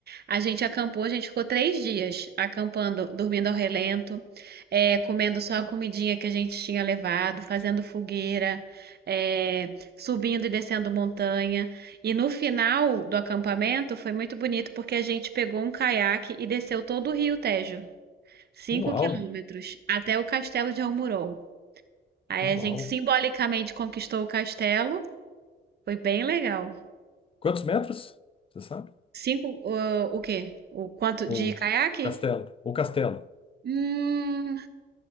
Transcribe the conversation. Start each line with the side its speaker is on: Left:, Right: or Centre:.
Right: A gente acampou, a gente ficou três dias acampando, dormindo ao relento, é, comendo só a comidinha que a gente tinha levado, fazendo fogueira, é, subindo e descendo montanha. E no final do acampamento foi muito bonito porque a gente pegou um caiaque e desceu todo o Rio Tejo, cinco
Left: Uau!
Right: quilômetros, até o castelo de Almurol. Aí
Left: Uau!
Right: a gente simbolicamente conquistou o castelo, foi bem legal.
Left: Quantos metros? Você sabe?
Right: Cinco, uh, o quê? O quanto de
Left: Ou
Right: caiaque?
Left: castelo? Ou castelo?
Right: Hum,